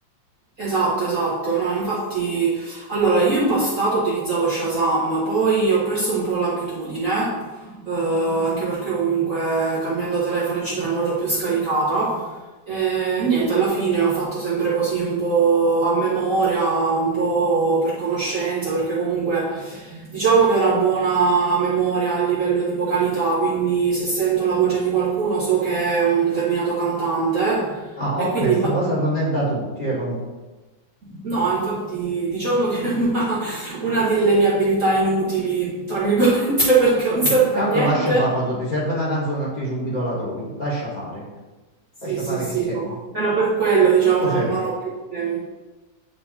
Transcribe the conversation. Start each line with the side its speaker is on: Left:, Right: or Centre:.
Right: Esatto, esatto, no, infatti, allora io in passato utilizzavo Shazam, poi ho perso un po' l'abitudine, eh, anche perché comunque cambiando telefono eccetera non l'ho più scaricata e niente, alla fine ho fatto sempre così un po' a memoria, un po' per conoscenza, perché comunque diciamo che ho una buona memoria a livello di vocalità, quindi se sento la voce di qualcuno so che è un determinato cantante
Left: Ah,
Right: e
Left: ok,
Right: quindi...
Left: sta
Right: in base-
Left: cosa non è da tutti, eh, comunque.
Right: No, infatti diciamo che <laughs> è una, una delle mie abilità inutili, tra virgolette, <laughs> perché non serve
Left: Mm, Tanto
Right: a niente.
Left: lascia fare, quando ti serve una canzone a te subito la trovi. Lascia fare.
Right: Sì,
Left: Lascia
Right: sì,
Left: fare
Right: sì,
Left: che serve.
Right: no. Meno per quello, diciamo,
Left: Tutto
Right: non,
Left: serve.
Right: non ho più problemi.